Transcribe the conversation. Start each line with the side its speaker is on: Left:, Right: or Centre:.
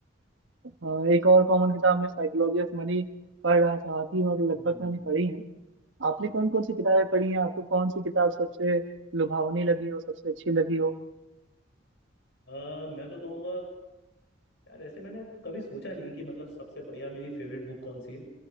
Right: अ, एक और कॉमन किताब मैं साइकोलॉजी ऑफ मनी पढ़ रहा था आधी और लगभग
Left: हम्म
Right: मैंने पढ़ी है आपने कौन कौन सी किताबें पढ़ी हैं आपको कौन सी किताब सबसे लुभावनी लगी हो सबसे अच्छी लगी हो
Left: अ, मैं तो कहूँगा यार ऐसे मैंने कभी सोचा नहीं कि मतलब सबसे बढ़िया मेरी फेवरेट बुक कौन सी है